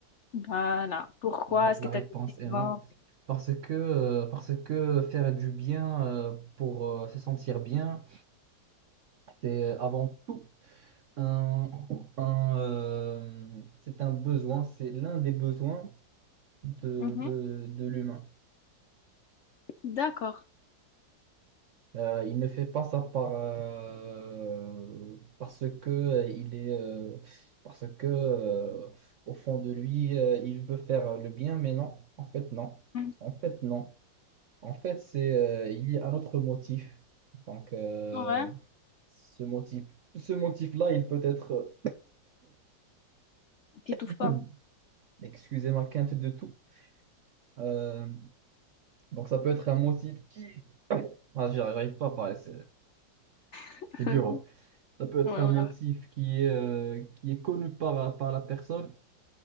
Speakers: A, on the left; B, on the right.
A: Voilà. Pourquoi?
B: La, ré-
A: Est-ce
B: la
A: que tu
B: réponse
A: as des exemples?
B: est non. Parce que, euh, parce que faire du bien euh, pour euh, se sentir bien, c'est euh, avant tout un, un, euh, c'est un besoin, c'est l'un des besoins de,
A: Mhm.
B: de, de l'humain.
A: D'accord.
B: Euh, il ne fait pas ça par, euh, parce que euh, il est, euh, parce que euh, au fond de lui, euh, il veut faire le bien, mais non, en fait non.
A: Mhm.
B: En fait, non. En fait, c'est, euh, il y a un autre motif. Donc, euh,
A: Ouais.
B: ce motif, ce motif-là, il peut être,
A: T'étouffes
B: <coughs>
A: pas.
B: excusez ma quinte de tout. Euh, donc, ça peut être un motif qui, ah, j'y arrive j'arrive pas à parler, c'est
A: <laughs>
B: c'est dur.
A: Ok.
B: hein. Ça peut être
A: Ouais,
B: un
A: ouais,
B: motif qui est, euh, qui est connu par, par la personne,